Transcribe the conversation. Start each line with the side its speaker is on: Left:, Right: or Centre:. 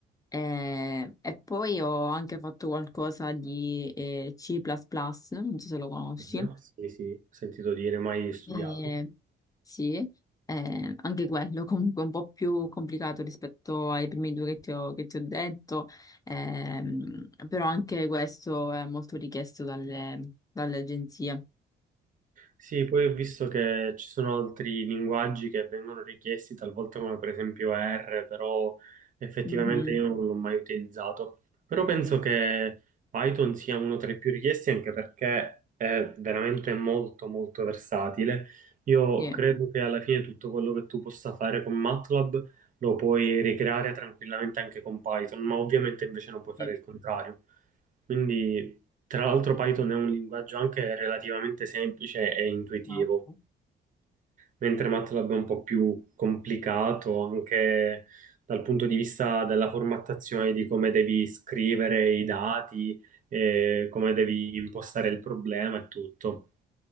Left: Eh, e poi ho anche fatto qualcosa di eh, C++, non so se lo conosci.
Right: Mhm. Sì, sì, ho sentito dire, mai studiato.
Left: Eh, sì, eh, anche quello <laughs> comunque un po' più complicato rispetto ai primi due che ti ho, che ti ho detto, ehm, però anche questo è molto richiesto dalle, dalle agenzie.
Right: Sì, poi ho visto che ci sono altri linguaggi che vengono richiesti talvolta come per esempio R, però effettivamente
Left: Mhm,
Right: io non l'ho mai utilizzato. Però penso che Python sia uno tra i più richiesti anche perché è veramente molto molto versatile. Io
Left: Sì,
Right: credo che alla fine tutto quello che tu possa fare con MATLAB lo puoi ricreare tranquillamente anche con Python, ma ovviamente invece non puoi fare
Left: sì,
Right: il contrario. Quindi, tra l'altro, Python è un linguaggio anche relativamente semplice e intuitivo,
Left: esatto.
Right: mentre MATLAB è un po' più complicato anche dal punto di vista della formattazione di come devi scrivere i dati, eh, come devi impostare il problema e tutto.